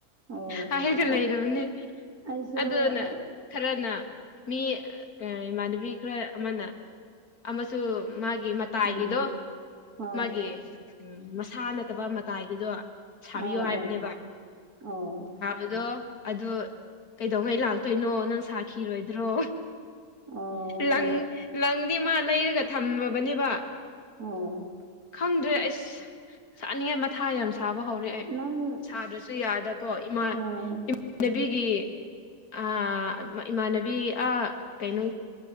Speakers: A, on the right (about 60°); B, on the left (about 60°).
A: ꯑꯣ
B: ꯍꯥꯏꯔꯒ ꯂꯩꯔꯕꯅꯤ
A: ꯑꯩ ꯑꯩꯁꯨ
B: ꯑꯗꯨꯅ
A: ꯑꯩ
B: ꯈꯔꯅ ꯃꯤ ꯀꯔꯤ ꯏꯃꯥꯟꯅꯕꯤ ꯈꯔ ꯑꯃꯅ ꯑꯃꯁꯨ ꯃꯥꯒꯤ ꯃꯇꯥꯏꯒꯤꯗꯣ
A: ꯎꯝ ꯍꯣ
B: ꯃꯥꯒꯤ ꯎꯝ ꯃꯁꯥ ꯅꯠꯇꯕ ꯃꯇꯥꯏꯒꯤꯗꯣ ꯁꯥꯕꯤꯌꯣ
A: ꯑꯣ
B: ꯍꯥꯏꯕꯅꯦꯕ꯫
A: ꯑꯣ ꯑꯣ
B: ꯑꯗꯣ ꯑꯗꯨ ꯀꯩꯗꯧꯉꯩ ꯂꯥꯛꯇꯣꯏꯅꯣ ꯅꯪ ꯁꯥꯈꯤꯔꯣꯏꯗ꯭ꯔꯣ
A: ꯑꯣ
B: ꯂꯪ ꯂꯪꯗꯤ ꯃꯥ ꯂꯩꯔꯒ ꯊꯝꯃꯕꯅꯦꯕ꯫
A: ꯑꯣ
B: ꯈꯪꯗ꯭ꯔꯦ ꯑꯩꯁ ꯁꯥꯅꯤꯡꯉꯥꯏ ꯃꯊꯥ ꯌꯥꯝ ꯁꯥꯕ ꯍꯧꯔꯦ ꯑꯩ
A: ꯅꯪ
B: ꯁꯥꯗ꯭ꯔꯁꯨ ꯌꯥꯗ ꯀꯣ ꯏꯃꯥ
A: ꯍꯣꯏ
B: ꯏꯝ ꯅꯕꯤꯒꯤ ꯑ ꯏꯃꯥꯟꯅꯕꯤ ꯑ ꯀꯩꯅꯣ